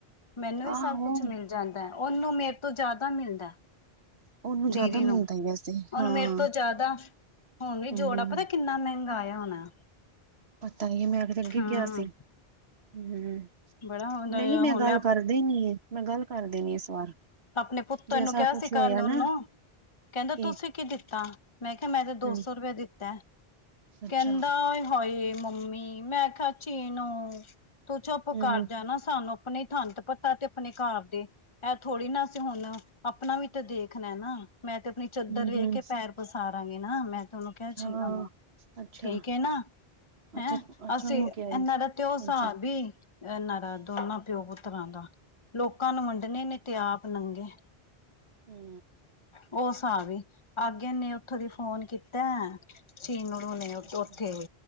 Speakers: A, on the left; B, on the right.
A: ਮੈਨੂੰ ਵੀ
B: ਆਹੋ
A: ਸਭ ਕੁਛ ਮਿਲਦਾ- ਜਾਦਾ ਉਹਨੂੰ ਮੇਰੇ ਤੋ ਜਿਆਦਾ ਮਿਲਦਾ-
B: ਉਹਨੂੰ ਜ਼ਿਆਦਾ
A: ਦੀਦੀ ਨੂੰ
B: ਮਿਲਦਾ ਹੀ ਵੈਸੇ
A: ਉਹਨੂੰ
B: ਹਾਂ
A: ਮੇਰੇ ਤੋ ਜਿਆਦਾ- ਹੁਣੇ
B: ਹੂੰ
A: ਜੋੜਾ ਪਤਾ ਕਿਨਾ ਮਹਿਗਾ ਆਇਆ ਹੋਣਾ-
B: ਬਤਾਈਏ ਮੈ ਅੱਗੇ
A: ਹਮ
B: ਕਿਹਾ ਸੀ ਹੂੰ -
A: ਬੜਾ
B: ਨਹੀਂ ਮੈ
A: ਹੁਣ
B: ਗੱਲ
A: ਮੈਂ
B: ਕਰਦੇ ਨਹੀਂ ਮੈ ਗੱਲ ਕਰਦੇ ਇਸ ਵਾਰ-
A: ਆਪਣੇ ਪੁੱਤਰ
B: ਜੇ
A: ਨੂੰ
B: ਐਸਾ
A: ਕਿਹਾ
B: ਕੁਛ
A: ਸੀ ਕੱਲ
B: ਹੋਇਆ
A: ਉਹਨੂੰ-
B: ਨਾ
A: ਕਹਿੰਦਾ
B: ਕਿ
A: ਤੁਸੀਂ ਕੀ ਦਿੱਤਾ ਮੈਂ ਕਿਹਾ ਮੈਂ ਤਾਂ ਦੋ
B: ਹੂੰ
A: ਸੋ ਰੁਪਇਆ ਦਿੱਤਾ।
B: ਅੱਛਾ
A: ਕਹਿੰਦਾ ਆਏ ਹਾਏ ਮੰਮੀ ਮੈਂ ਕੇ ਚੀਨੂ। ਤੂੰ ਚੁੱਪ ਘਰ
B: ਹੂੰ
A: ਕਰ ਜਾ ਸਾਨੂੰ ਆਪਣੇ ਸਾਨੂੰ ਤੇ ਪਤਾ ਆਪਣੇ ਪੱਤਾ ਤੇ ਆਪਣੇ ਘਰ ਦੇ। ਥੋੜੀ ਨਾ ਅਸੀਂ ਹੁਣ ਆਪਣਾ ਵੀ ਤੇ ਦੇਖਣਾ ਨਾ ਮੈਂ ਤੇ ਆਪਣੀ ਚਾਦਰ
B: ਹੂੰ
A: ਵੇਖ
B: ਹੂੰ
A: ਕੇ ਪੈਰ। ਪਸਾਰਾਂਗੇ ਨਾ ਮੈਂ ਤੇ ਉਹਨੂੰ ਕਿਹਾ ਸੀਗਾ
B: ਹਾਂ
A: ਉਹਨੂੰ
B: ਅੱਛਾ
A: ਠੀਕ ਹੈ ਨਾ
B: ਅੱਛਾ
A: ਹੈ
B: ਅੱਛਾ
A: ਅਸੀਂ
B: ਉਹਨੂੰ ਕਿਹਾ ਸੀ
A: ਇਨਾ ਦਾ ਓ ਹਿਸਾਬ
B: ਅੱਛਾ
A: ਵੀ, ਇਹਨਾਂ ਦਾ ਦੋਨਾਂ ਪਿਓ ਪੁੱਤਰਾਂ ਦਾ ਲੋਕਾਂ ਨੂੰ ਵੰਡਣੇ ਨੇ। ਤੇ ਆਪ ਨੰਗੇ
B: ਹੂੰ।
A: ਉਹ ਹਿਸਾਬ ਵੇ ਅਗੇਨੇ ਇੰਨੇ ਉਥੋਂ ਦੀ ਫੋਨ ਕੀਤਾ। ਚੀਮਰ ਆਉਣੀ ਉੱਥੇ
B: ਅੱਛਾ
A: ਤੇ ਉੱਥੇ